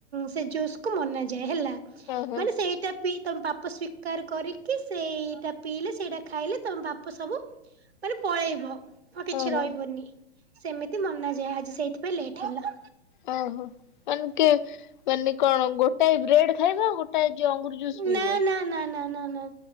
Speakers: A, on the right; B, on the left.
A: ସେ ଜୁସ୍ ମନାଯାଏ ହେଲା।
B: ଓହୋ
A: ମାନେ ସେଇ ଟା ପି ତମ ବାପ ସ୍ଵୀକାର କରିକି ସେଇଟା ପିଇଲେ ସେଇଟା ଖାଇଲେ ତମ ପାପ ସବୁ ମାନେ ପଳେଇବ ଆଉ କିଛି
B: ଓହୋ
A: ରହିବନି ସେମିତି ମନାଯାଏ ଆଜି ସେଇଥିପାଇଁ ଲେଟ୍ ହେଲା।
B: ଓହୋ ମାନେ କି ମାନେ କଣ ଗୋଟାଏ ବ୍ରେଡ ଖାଇବା ଗୋଟାଏ ଯଉ ଅଙ୍ଗୁର ଜୁସ୍ ପିଇବ?
A: ନା ନା